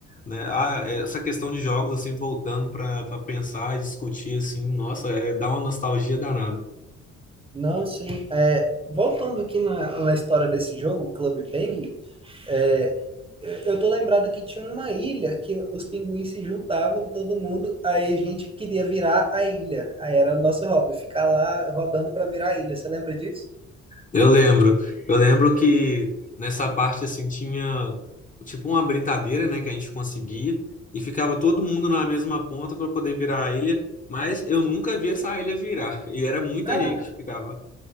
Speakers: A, on the left; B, on the right.
A: né? Ah, essa questão de jogos, assim, voltando para pensar e discutir, assim, nossa, é, dá uma nostalgia danada.
B: Não, sim. É, voltando aqui na, na história desse jogo, Club Penguin, é, eu eu tô lembrado que tinha uma ilha que os pinguins se juntavam, todo mundo, aí a gente queria virar a ilha. Aí era o nosso hobby, ficar lá rodando para virar a ilha. Você lembra disso?
A: Eu lembro, eu lembro que nessa parte assim tinha tipo uma britadeira, né, que a gente conseguia e ficava todo mundo na mesma ponta para poder virar a ilha, mas eu nunca vi essa ilha virar e era muita
B: Ah,
A: gente que ficava.